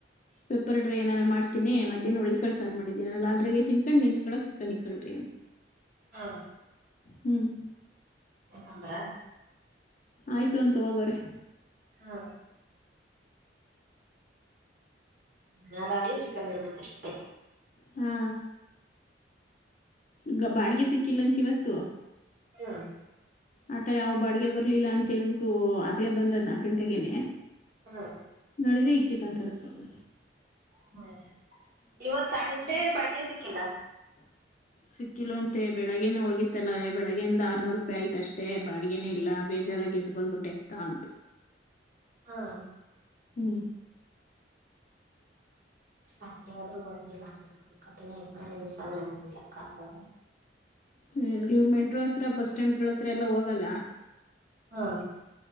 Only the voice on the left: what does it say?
ಪೆಪರ್ ಡ್ರೈ ಏನಾರ ಮಾಡ್ತನಿ ಮಹ್ನ ಒಳ್ಳ ಕಳ್ಸಾರ ಮಾಡಿದೀನಲ್ಲ ಅ್ರೆ ತಿನ್ಕೊಂಡು ನಿಂಚ್ಕಳಕ್ ಚಿಕಕ್ಕನ್ ಇಕ್ಕಳ್ರಿ ಅಂತ
ಹ್ಮ್
ಆಯ್ತು ಅಂತ ಹೋಗೋರೆ
ಹಾ ಗ ಬಾಡಿಗೆ ಸಿಕ್ಕಿಲ್ಲಂತ ಇವತ್ತು
ಆಟ ಯಾವ ಬಾಡಿಗೆ ಬರ್ಲಿಲ್ಲ ಅಂತ ಹೇಳ್ಬಿಟ್ಟು ಆಗ್ಲೇ ಬಂದದ್ ನಾಕಂಟಗೇನೆ
ಮಾಡಿದ್ರೆ ಈಗ ಚಿಕನ್ ತರಕರೋಗ
ಸಿಕ್ಕಿಲ್ ಅಂತೆ ಬೆಳಿಗ್ಗೆನ ಹೋಗಿತ್ತಲ್ಲ ಬೆಳಗ್ಯಿಂದ ಆರ್ನೂರು ರೂಪಾಯಿ ಆಯ್ತ ಅಷ್ಟೇ ಬಾಡನೇ ಇಲ್ಲ ಬೇಜಾರಾಗಿ ಎಗೆದ್ದ ಬಂದ್ಬಿಟ್ಟೆತ್ತಾ ಅಂತ
ಹ್ಮ್
ಹ್ಮ್ ಇವ ಮೆಟ್ರೋ ಹತ್ರ ಬಸ್ ಸ್ಟಾಂಡ್ಗಳ ಹತ್ರ ಎಲ್ಲಾ ಹೋಗಲ್ಲ